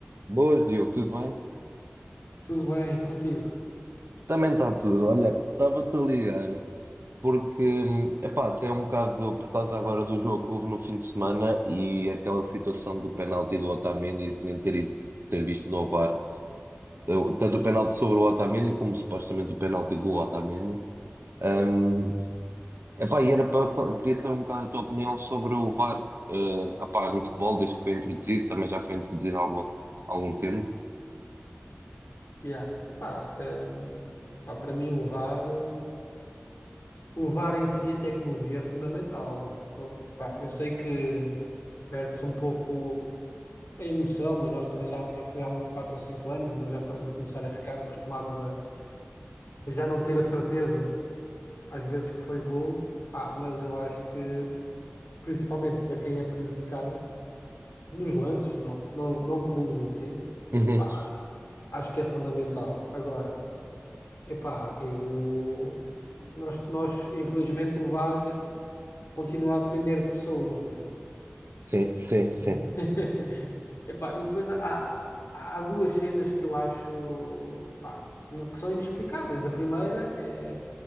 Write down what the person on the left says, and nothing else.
Tudo bem contigo?
Yeah. Epá, hum, pá, para mim levar, eh, levar em si a tecnologia é fundamental, não é? Fo- pá, eu sei que perde-se um pouco a emoção, mas nós também já, já foi há uns 4 ou 5 anos, nós já estamos a começar a ficar acostumados a, a já não ter a certeza às vezes que foi golo, pá, mas eu acho que principalmente para quem é prejudicado nos lances, não, não, não clubes em si,
pá, acho que é fundamental. Agora, Epá, eu... Nós, nós, infelizmente, o VAR continua a depender de pessoas, né?
<laughs> Epá, e depois há, há duas cenas que eu acho, pá, que são inexplicáveis. A primeira é,